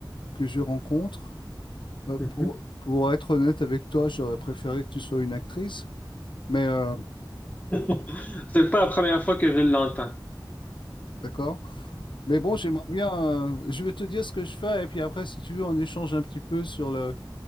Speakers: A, on the left; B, on the left.
A: que je rencontre. Euh,
B: mhm.
A: pour, pour être honnête avec toi, j'aurais préféré que tu sois une actrice, mais euh,
B: <laughs> C'est pas la première fois que je l'entends.
A: d'accord. Mais bon, j'aimerais bien. euh, je vais te dire ce que je fais, et puis après, si tu veux, on échange un petit peu sur le,